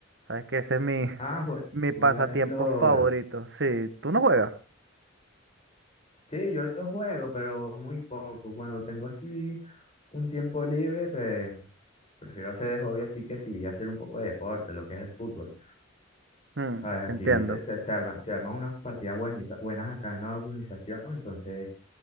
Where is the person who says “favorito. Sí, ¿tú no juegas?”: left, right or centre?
Right